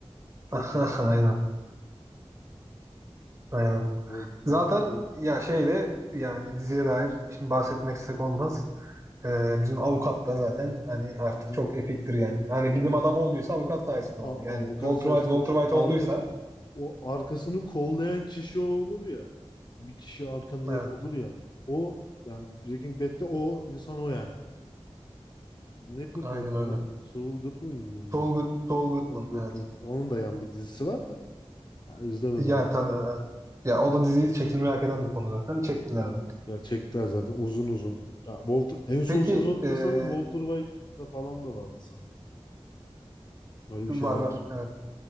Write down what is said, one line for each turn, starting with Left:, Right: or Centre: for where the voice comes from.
Left: Çok
Right: <laughs>
Left: iyi sahne.
Right: Aynen, aynen.
Left: Wal- Walter
Right: Zaten
Left: White.
Right: ya şeyde yani diziye dair şimdi bahsetmeksek olmaz. Ee, bizim avukat da zaten hani artık
Left: Ha,
Right: çok epiktir yani. Hani
Left: O
Right: bilim adamı olduysa avukat sayesinde
Left: a-
Right: oldu. Yani
Left: avukat
Right: Walter
Left: sayesinde
Right: White Walter
Left: çünkü
Right: White
Left: arkası
Right: olduysa
Left: o arkasını kollayan kişi o olur ya. Bir kişi arkanda
Right: evet
Left: hep olur ya. O yani Breaking Bad'de o insan o yani. Ne Goodman'dı
Right: aynen öyle.
Left: lan? Saul Goodman mıydı?
Right: Saul, Good, Saul Goodman
Left: O Goodman.
Right: evet.
Left: Onun da yan bir dizisi var da. Ya izlemedim
Right: Yani
Left: onu.
Right: tabii evet. Ya o da dizi çekilmeyi hak eden bir konu zaten. Çektiler de.
Left: Ya çektiler zaten uzun uzun. Ya Walter, en son
Right: Peki
Left: sezonda
Right: ee,
Left: sanırım Walter White'da falan da vardı sanırım. Öyle bir
Right: var
Left: şeyler
Right: var
Left: vardı.
Right: evet.